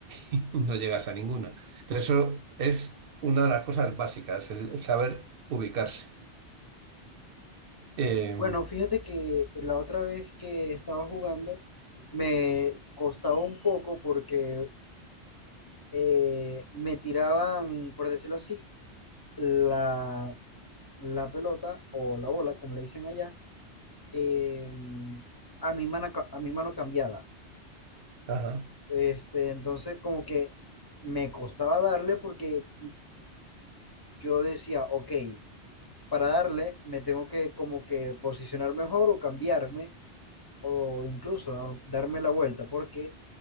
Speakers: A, on the right; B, on the left.
A: <laughs> no llegas a ninguna. Entonces, eso es una de las cosas básicas, el, el saber ubicarse. Eh,
B: Eh, Bueno, fíjate que la otra vez que estaba jugando me costaba un poco porque eh, me tiraban, por decirlo así, la, la pelota o la bola, como le dicen allá, eh, a mi mano, ca- a mi mano cambiada.
A: ajá.
B: Este, entonces como que me costaba darle porque yo decía, ok, para darle me tengo que como que posicionar mejor o cambiarme o incluso dar- darme la vuelta, porque